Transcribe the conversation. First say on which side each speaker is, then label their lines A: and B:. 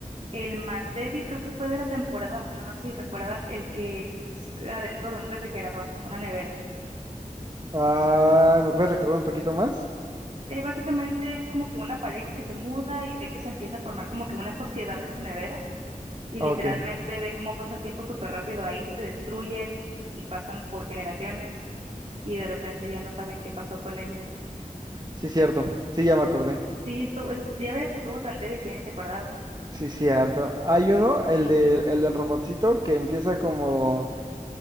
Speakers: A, on the right; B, on the right.
A: el más débil creo que fue de la temporada uno No sé si recuerdas el que es adentro de un refrigerador, una nevera.
B: Ah, ¿me puedes recordar un poquito más?
A: Eh, básicamente es como que una pareja que se muda y ve que se empieza a formar como que una <laughs> sociedad en su nevera y
B: Ok,
A: literalmente ve cómo pasa el tiempo súper rápido ahí, se destruyen y y pasan por generaciones y de repente ya no saben qué pasó con ellos.
B: sí, cierto, sí, ya me acordé.
A: Sí, estuvo, eh, ya ves, estuvo tan débil que ya ni te acordabas.
B: Sí, cierto. Hay uno, el del, el del robotcito, que empieza como,